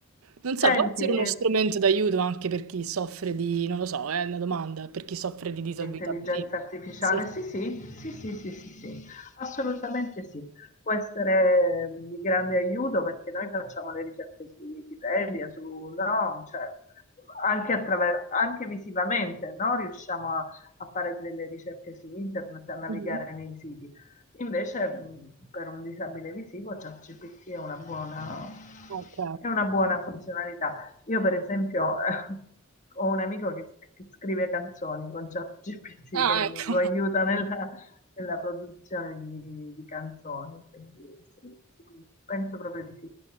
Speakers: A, on the right; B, on the left.
A: Non so,
B: Senti,
A: può essere
B: eh,
A: uno strumento d'aiuto anche per chi soffre di, non lo so, è una domanda, per chi soffre di disabilità.
B: L'intelligenza
A: Sì.
B: artificiale,
A: Sì.
B: sì, sì, sì, sì, sì, sì, sì, assolutamente sì. Può essere di grande aiuto perché noi facciamo le ricerche su Wikipedia, su, no, cioè, anche, attraver- anche visivamente, no? Riusciamo a, a fare delle ricerche su internet, a navigare
A: Mhm.
B: nei siti. Invece, mh, per un disabile visivo, ChatGPT è una buona,
A: Ok.
B: è una buona funzionalità. Io per esempio <laughs> ho un amico che, sc- che scrive canzoni con ChatGPT
A: Ah,
B: che mi-
A: ecco.
B: lo aiuta nella, nella produzione di, di canzoni, quindi sì, sì, penso proprio di sì.